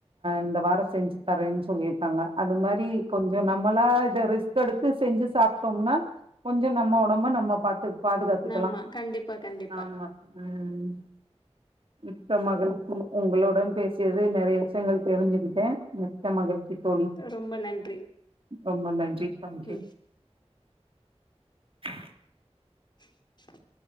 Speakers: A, on the right; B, on the left.
A: இந்த வாரம் செஞ்சு தரேன்னு சொல்லியிருக்காங்க அது மாரி கொஞ்சம் ஞம் நம்மளா இதை ரிஸ்க் எடுத்து செஞ்சு சாப்ட்டோம்னா கொஞ்சம் நம்ம உடம்ப நம்ம பாத்து பாதுகாத்துக்கெலாம்
B: ஆமா. கண்டிப்பா, கண்டிப்பா.
A: ஆமா உம் மிக்க மகிழ்ச்சி உங்களுடன் பேசியது நிறைய விஷயங்கள் தெரிஞ்சுக்கிட்டேன் மிக்க மகிழ்ச்சி தோழி.
B: ரொம்ப நன்றி
A: ரொம்ப நன்றி தாங் யூ
B: ம்.
A: <inaudible>
B: <inaudible>